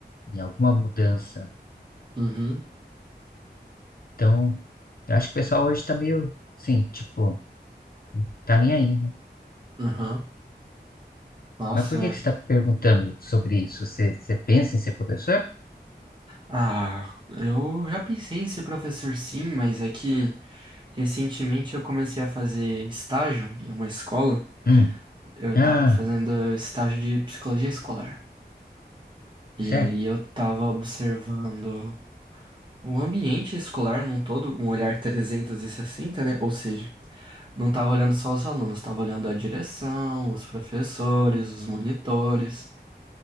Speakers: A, on the left (about 55°); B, on the right (about 25°).
A: em alguma mudança
B: Uhum,
A: Então, eu acho que o pessoal hoje tá meio, assim, tipo, tá nem aí, né?
B: uhum. Nossa,
A: Mas por
B: é.
A: que que você tá perguntando sobre isso? Você, você pensa em ser professor?
B: Ah, eu já pensei em ser professor sim, mas é que recentemente eu comecei a fazer estágio em uma escola.
A: Hum.
B: Eu
A: Ah,
B: tava fazendo estágio de psicologia escolar. E
A: certo.
B: aí eu tava observando o ambiente escolar num todo, um olhar 360, né? Ou seja, não tava olhando só os alunos, tava olhando a direção, os professores, os monitores.